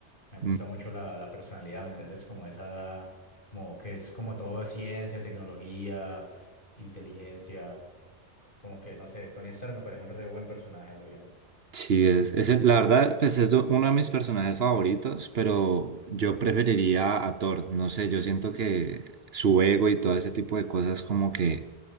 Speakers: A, on the left; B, on the right.
A: Me gusta
B: Mm.
A: mucho la, la personalidad, ¿me entiendes? Como esa, como que es como todo ciencia, tecnología, inteligencia, como que, no sé, Tony Stark me parece un re buen personaje, a lo bien.
B: Sí, es, es el- la verdad, pues es do- uno de mis personajes favoritos, pero yo preferiría a Thor. No sé, yo siento que su ego y todo ese tipo de cosas como que